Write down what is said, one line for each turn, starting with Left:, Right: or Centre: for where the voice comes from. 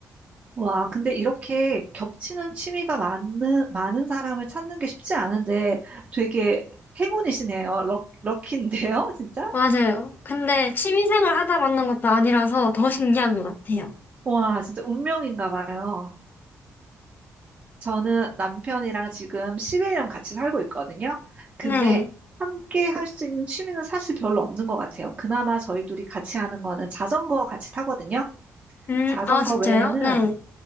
Right: 와, 근데 이렇게 겹치는 취미가 많은, 많은 사람을 찾는 게 쉽지 않은데 되게 행운이시네요. 럭, 럭키인데요, <laughs> 진짜?
Left: 맞아요. 근데 취미생활 하다 만난 것도 아니라서 더 신기한 것 같아요.
Right: 와, 진짜 운명인가 봐요. 저는 남편이랑 지금 11년 같이 살고 있거든요. 근데
Left: 네.
Right: 함께 할 수 있는 취미는 사실 별로 없는 것 같아요. 그나마 저희 둘이 같이 하는 거는 자전거 같이 타거든요.
Left: 음,
Right: 자전거
Left: 아, 진짜요?
Right: 외에는
Left: 네.